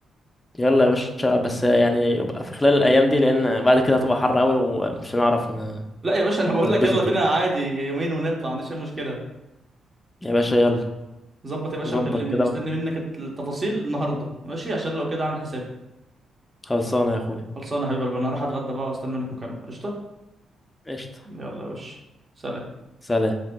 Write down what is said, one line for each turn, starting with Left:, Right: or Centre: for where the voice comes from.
Left: يلا يا باشا بس آه، يعني يبقى في خلال الأيام دي لأن بعد كده هتبقى حر قوي ومش هنعرف ن-
Right: لا يا باشا انا بقول
Left: نتبسط
Right: لك يلا بينا
Left: يعني
Right: عادي يومين ونطلع ما عنديش اي مشكله
Left: يا باشا يلا
Right: ظبط يا باشا
Left: نظبط
Right: وكلمني
Left: كده
Right: مستني منك التفاصيل النهارده ماشي عشان لو كده اعمل حسابي
Left: خلصانة يا أخويا
Right: خلصانه يا حبيب قلبي انا هروح اتغدى بقى واستنى منك مكالمه قشطه
Left: قشطة
Right: يلا يا باشا سلام
Left: سلام